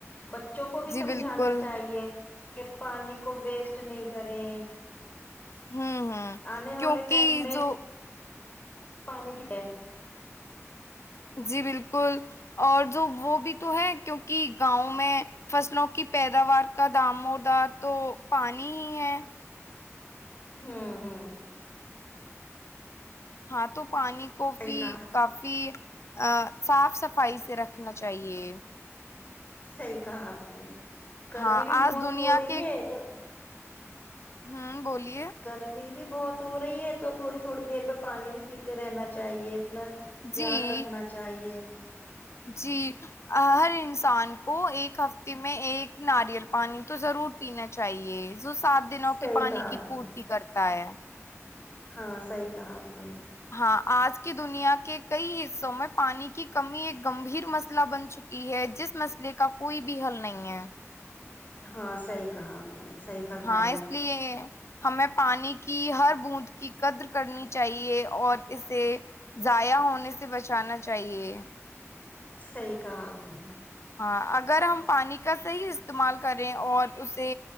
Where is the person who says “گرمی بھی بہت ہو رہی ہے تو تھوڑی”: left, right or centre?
Left